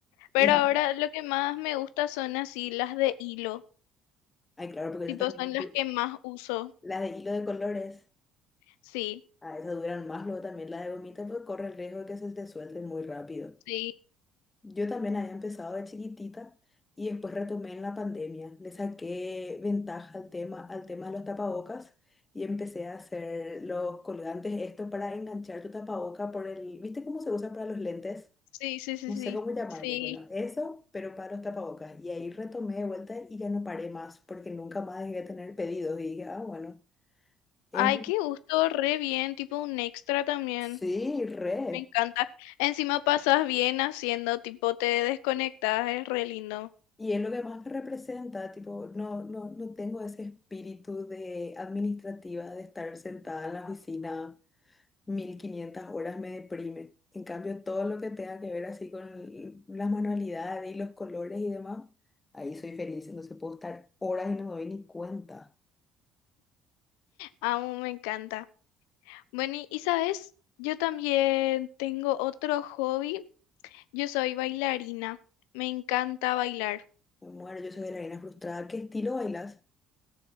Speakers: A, on the left; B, on the left.
A: Pero
B: Y,
A: ahora lo que más me gusta son así las de hilo,
B: ay, claro, porque
A: tipo
B: eso también,
A: son las
B: du-
A: que más uso.
B: las de hilo de colores,
A: Sí,
B: a esas duran más, luego también la de gomita, pues corre el riesgo de que se te suelte muy rápido.
A: sí,
B: Yo también había empezado de chiquitita y después retomé en la pandemia. Le saqué ventaja al tema, al tema de los tapabocas y empecé a hacer los colgantes, esto para enganchar tu tapaboca por el, ¿viste cómo se usa para los lentes?
A: sí, sí, sí,
B: No
A: sí,
B: sé cómo llamarle,
A: sí.
B: bueno, eso, pero para los tapabocas. Y ahí retomé de vuelta y ya no paré más, porque nunca más dejé de tener pedidos. Y dije, ah, bueno. Es,
A: Ay, qué gusto, re bien, tipo un extra también.
B: sí, re.
A: Me encanta. Encima pasas bien haciendo, tipo te desconectas, es re lindo.
B: Y es lo que más me representa, tipo, no, no, no tengo ese espíritu de administrativa, de estar sentada en la oficina 1500 horas me deprime. En cambio, todo lo que tenga que ver así con el- las manualidades y los colores y demás, ahí soy feliz, entonces puedo estar horas y no me doy ni cuenta.
A: Amo, me encanta. Bueno, y y sabes, yo también tengo otro hobby. Yo soy bailarina. Me encanta bailar.
B: Me muero, yo soy bailarina frustrada. ¿Qué estilo bailas?